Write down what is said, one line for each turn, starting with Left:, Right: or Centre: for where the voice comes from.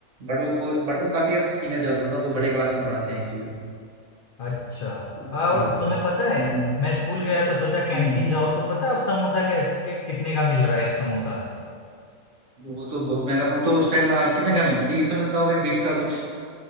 Right: बट वो कोई बट वो काफी अब सीनियर लेवल मतलब वो बड़े क्लास में पढ़ाते हैं एक्चुअली
Left: अच्छा
Right: हम्म
Left: हाँ, और तुम्हें पता है
Right: हम्म,
Left: मैं स्कूल गया तो सोचा कैंटीन
Right: हम्म।
Left: जाओ तो पता अब समोसा कैस कि, कितने का मिल रहा है एक समोसा
Right: वो तो बहुत महंगा हम तो उस टाइम कितने का मिलता तीस का मिलता होगा या बीस का कुछ